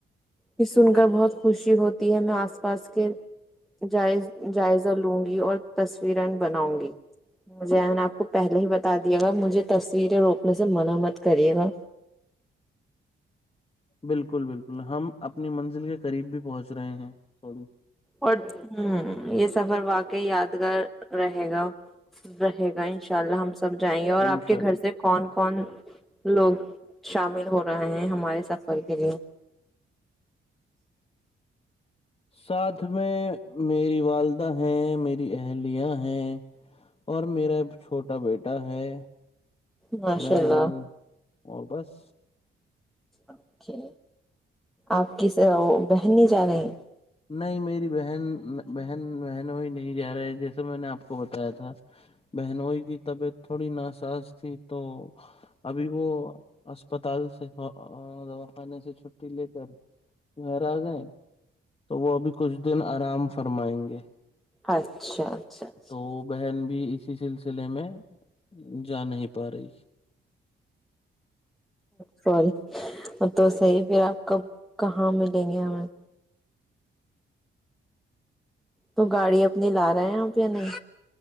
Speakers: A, in the centre; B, on the left.
A: یہ سن کر بہت خوشی ہوتی ہے میں آس پاس کے جائز جائزہ لوں گی اور تس رن بناؤں گی زیان آپ کو پہہ ہی بتا دیا گا مجھے تصویریں روکنے سے منا مت کریے گا
B: بالکل بالکل ہم اپنی منزل کے قریب بھی پہنچ رہے ہیں تھوڑی
A: اور ہ یہ سفر واقعی یادگار رہے گا <unintelligible> رہے گا ان شا یا اللہ ہم سب جائیں گے اور
B: انشاء
A: آپ کے
B: اللہ
A: گھر سے کون کون لوگ شامل ہو رہے ہیں ہمارے سفر کے لیے
B: ساتھ میں میری والدہ ہیں میری اہلیاں ہیں اور میرا چھوٹا بیٹا ہے
A: ماشاء
B: میں
A: اللہ
B: ہوں اور بس
A: آپ کے آپ کیسے ہو وہ بہن نہیں جا رہی ہیں
B: نہیں میری بہن بہن بہنوئی نہیں جا رہے جیسے میں نے آپ کو بتایا تھا بہنوئی کی طبیعت تھوڑی ناسااز تھی تو ابھی وہ اسپتال سے دواخانے سے چھٹی لے کر گھر آ گئے تو وہ ابھی کچھ دن آرام فرمائیں گے
A: اچھا اچھاچ
B: تو
A: <inaudible>
B: بہن بھی اسی سلسلے میں جا نہیں پا رہی
A: سوری تو صحیح پھر آپ کب کہاں ملیں گے ہمیں تو گاڑی اپنی لا رہے ہیں آپ یا نہیں